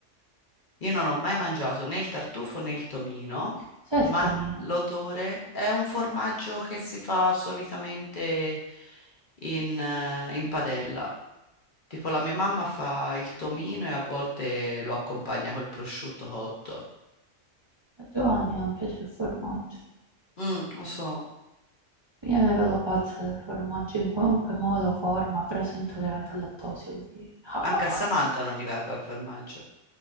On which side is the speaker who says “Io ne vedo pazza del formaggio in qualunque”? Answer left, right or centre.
Right